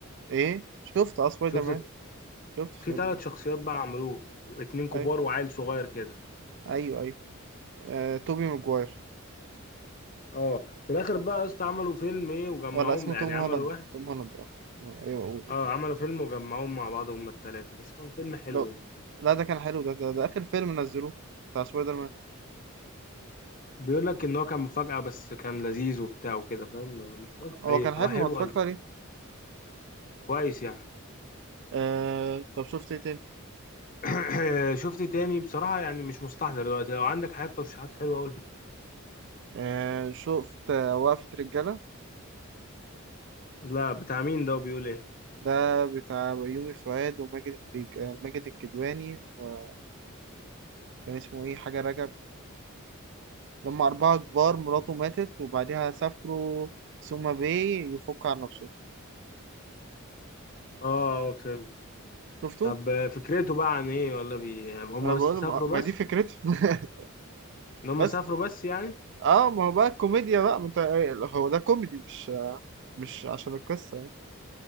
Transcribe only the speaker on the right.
ايه شفت اه سبايدر
مان شفت سبايدر
مان
ايوه
ايوه ايوه آه، توبي ماجواير
ولا اسمه
توم هولاند
توم هولاند اه آه، ايوه اقول
لو
لا ده كان حلو ده ده, ده آخر فيلم نزلوه بتاع سبايدر مان
هو
كان
حلو
ما اتفرجت
عليه
آه... طب شفت ايه تاني
آه... شفت آه، وقفة رجالة
ده بتاع بيومي فؤاد وماجد التج... آه، ماجد الكدواني وكان اسمه ايه حاجة رجب لما أربعة كبار مراته ماتت وبعديها سافروا سوما باي يفك عن نفسه
شفته؟
أنا بقول
ما ما
دي فكرته <laughs>
بس
اه ما هو بقى الكوميديا بقى ما انت آه، هو ده كوميدي مش مش عشان القصة يعني.